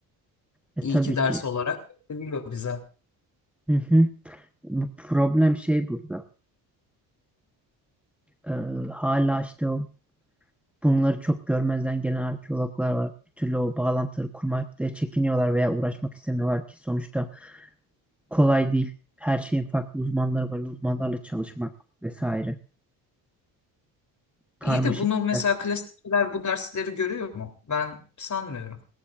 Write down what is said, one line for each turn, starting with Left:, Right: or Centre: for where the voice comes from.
Centre: E
Left: İyi
Centre: tabii
Left: ki ders
Centre: ki.
Left: olarak veriliyor bize.
Centre: Hı hı. Bu problem şey burada. Ee, hala işte o bunları çok görmezden gelen arkeologlar var. Bir türlü o bağlantıları kurmakta çekiniyorlar veya uğraşmak istemiyorlar ki sonuçta kolay değil. Her şeyin farklı uzmanları var. Uzmanlarla çalışmak vesaire. Karmaşık
Left: İyi de bunu
Centre: işler.
Left: mesela klasikçiler bu dersleri görüyor mu? Ben sanmıyorum.